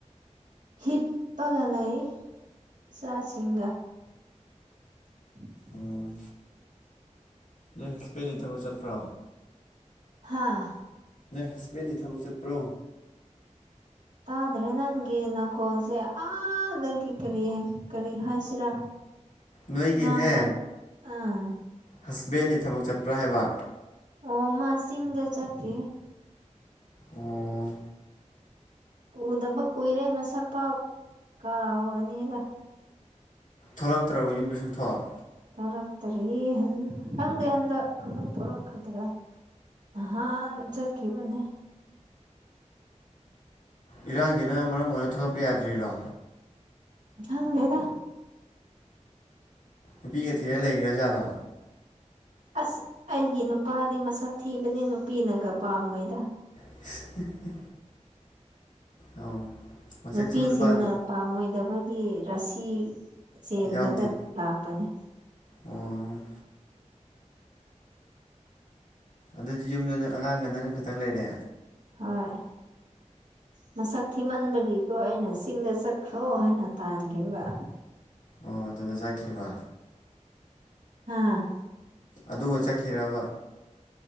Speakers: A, on the right; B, on the left.
A: ꯍꯤꯞꯄꯒ ꯂꯩ ꯏꯆꯥꯁꯤꯡꯒ <inaudible>
B: ꯎꯝ ꯅꯪ ꯍꯁꯕ‌ꯦꯟꯗꯤ ꯊꯕꯛ ꯆꯠꯄ꯭ꯔꯣ
A: ꯍꯥꯥ
B: ꯅꯣꯏ ꯍꯁꯕꯦꯟꯗꯤ ꯊꯕꯛ ꯆꯠꯄ꯭ꯔꯣ
A: ꯇꯥꯗ꯭ꯔꯦ ꯅꯪꯒꯤ ꯅꯈꯣꯜꯁꯦ ꯑꯥꯗꯒꯤ ꯀꯔꯤ ꯀꯔꯤ ꯍꯥꯏꯁꯤꯔꯥ
B: ꯅꯣꯏꯒꯤꯅꯦ
A: ꯉꯥꯡꯕ ꯑꯥ
B: ꯍꯁꯕꯦꯟꯗꯤ ꯊꯕꯛ ꯆꯠꯄ꯭ꯔꯥ ꯍꯥꯏꯕ
A: ꯑꯣ ꯃꯥ ꯆꯤꯡ ꯗ ꯆꯠꯈꯤꯌ‌ꯦ
B: ꯑꯣ
A: ꯎꯗꯕ ꯀꯨꯏꯔꯦ ꯃꯁꯛ ꯐꯥꯎ ꯀꯥꯎꯔꯅꯤꯗ
B: ꯊꯣꯛꯔꯛꯇ꯭ꯔꯕ‌ꯣ ꯌꯨꯝꯗ ꯁꯨꯡꯊꯣꯛ
A: ꯇꯧꯔꯛꯇꯔꯤ ꯈꯪꯗꯦ ꯍꯟ ꯍꯟꯗꯛ ꯑꯃꯨꯛ ꯊꯧꯔꯛꯀꯗ꯭ꯔꯥ ꯅꯍꯥꯟ ꯆꯠꯈꯤꯕꯅꯦ
B: ꯏꯔꯥꯡꯖꯤꯅ ꯃꯔꯝ ꯑꯣꯏꯔ ꯊꯣꯛꯂꯛꯄ ꯌꯥꯗ꯭ꯔꯤꯔꯣ
A: ꯈꯪꯗꯦꯗ
B: ꯅꯨꯄꯤꯒ ꯊꯤꯔ ꯂꯩꯈ꯭ꯔꯥꯖꯥꯠꯂꯣ
A: ꯑꯁ ꯑꯩꯒꯤ ꯅꯨꯄꯥꯗꯤ ꯃꯁꯛ ꯊꯤꯕꯅꯦ ꯅꯨꯄꯤꯅꯒ ꯄꯥꯝꯃꯣꯏꯗ
B: <unintelligible> ꯑꯣ ꯃꯁꯛ
A: ꯅꯨꯄꯤꯁꯤꯡꯅ
B: ꯊꯤꯕ ꯅꯨꯄꯥꯗꯨ
A: ꯄꯥꯝꯃꯣꯏꯗꯕꯒꯤ ꯔꯁꯤ ꯆꯦꯟꯕꯗ
B: ꯌꯥꯎꯗꯦ
A: ꯂꯥꯛꯄꯅꯤ
B: ꯑꯣ ꯑꯗꯨꯗꯤ ꯌꯨꯝꯗ ꯅꯪ ꯑꯉꯥꯡꯒ ꯅꯪꯒ ꯈꯛꯇꯪ ꯂꯩꯔꯦ
A: ꯍꯣꯏ ꯃꯁꯛ ꯊꯤꯃꯟꯕꯒꯤ ꯑꯣ ꯑꯩꯅ ꯆꯤꯡꯗ ꯆꯠꯈ꯭ꯔꯣ ꯍꯥꯏꯅ ꯇꯥꯟꯒꯤꯕ
B: ꯑꯣ ꯑꯗꯨꯗ ꯆꯠꯈꯤꯕ
A: ꯍꯥꯥ
B: ꯑꯗꯨꯒ ꯆꯠꯈꯤꯔꯕ